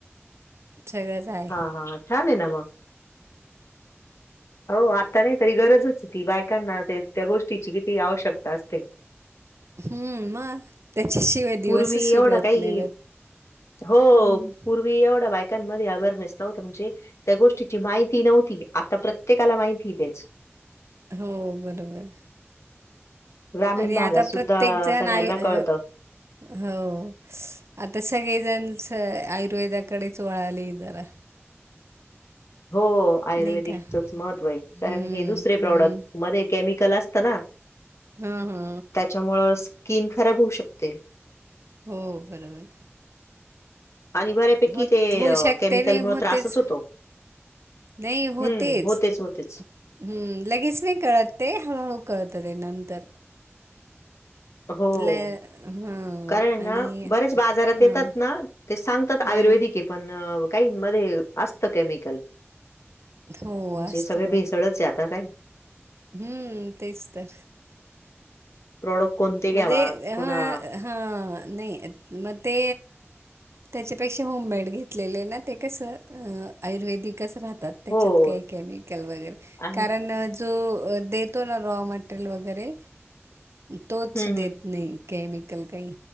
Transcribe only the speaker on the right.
सगळंच आहे.
हम्म मग त्याच्याशिवाय
दिवसच
सुरू होत
नाही.
हम्म
हो बरोबर.
आणि
आता
प्रत्येक जण
आय अ
हो,, आता सगळेजण आयुर्वेदाकडेच वळाले जरा
नाही का?
हम्म
हम्म
हा हा.
हो बरोबर.
होत
होऊ
शकते
नाही होतेच.
नाही होतेच.
हम्म, लगेच नाही कळत ते, हळूहळू कळतं ते नंतर.
ल हां
आणि
हां
हां
हो
असतं
ना.
हम्म तेच तर
मध्ये
ह हा नाही म ते त्याच्यापेक्षा होममेड घेतलेले ना ते कसं, अ आयुर्वेदिकच राहतात. त्याच्यात
काही केमिकल वगैरे
कारन जो देतो ना रॉ मटेरियल वगैरे,, तोच
देत नाही केमिकल काही